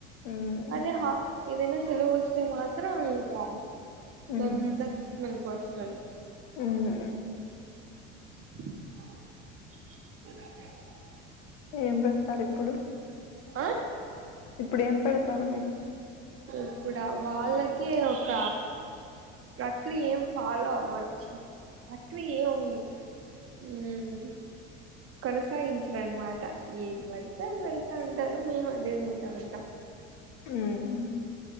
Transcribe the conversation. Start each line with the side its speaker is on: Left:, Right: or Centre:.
Left: మ్మ్
Right: అదే హా ఏదైనా సెలవు వస్తే మాత్రం ఇంకా
Left: మ్మ్
Right: తొందర మెలుకు వస్తది
Left: మ్మ్
Right: <inaudible>
Left: ఏం పెడతారు ఇప్పుడు
Right: ఆ
Left: ఇప్పుడు ఏం పెడతారు మీకు
Right: ఇప్పుడా వాళ్ళకి ఒక ప్రక్రియ ఏం ఫాలో అవ్వరు చి అట్లెయోమ్ మ్మ్ కొనసాగించరనమాట ఏది బడితే అది అయితాం టారు మేము అదే వింటా ఉంటాం
Left: మ్మ్ హు